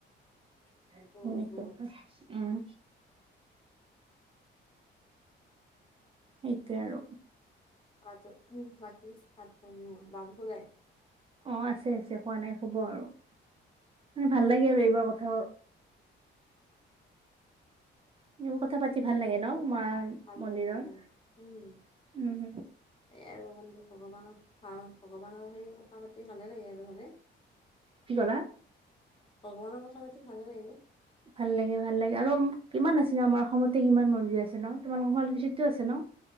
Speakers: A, on the right (about 30°); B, on the left (about 25°).
A: সনেুৱা
B: বহুত বহুত
A: উম। সেইটোৱে আৰু
B: আ বাকি একদম বাবু শুলে?
A: অ আছে আছে শুৱা নাই শুব আৰু মানে ভাল লাগে আৰু এইবাৰ কথাও এইবোৰ কথা পাতি ভাল লাগে ন মা
B: ভালে
A: মন্দিৰৰ
B: ভালে উম
A: উম
B: এই আৰু মান ভগৱানক ভাল ভগৱানৰ সেই কথা পাতি ভালে লাগে আৰু হয়নে? <unintelligible> <unintelligible>
A: কি ক'লা?
B: ভগৱানৰ কথা পাতি ভালে লাগে।
A: ভাল লাগে ভাল লাগে আৰু কিমান আছে ন আমাৰ অসমতে কিমান মন্দিৰ আছে ন তোমালোকৰ শুৱালকছুটো আছে ন?